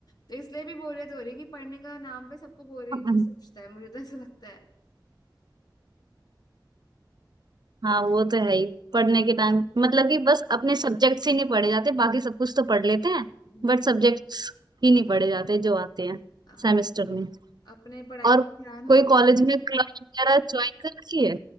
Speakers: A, on the left; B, on the right.
A: तो इसलिए भी बोरियत हो रही है कि पढ़ने का नाम पे सबको बोरिंग
B: <laughs>
A: सोचता है मुझे तो ऐसा लगता है
B: हाँ
A: तो
B: वो तो है ही पढ़ने के टाइम मतलब कि बस अपने सब्जेक्ट्स ही नहीं पढ़े जाते बाकी सब कुछ तो पढ़ लेते हैं
A: हम्म
B: बट सब्जेक्ट्स ही नहीं पढ़े जाते जो आते हैं
A: हाँ
B: सेमेस्टर में
A: अपने पढ़ाई
B: और
A: में ध्यान होता
B: कोई कॉलेज में क्लब वगैरह ज्वाइन कर रखी है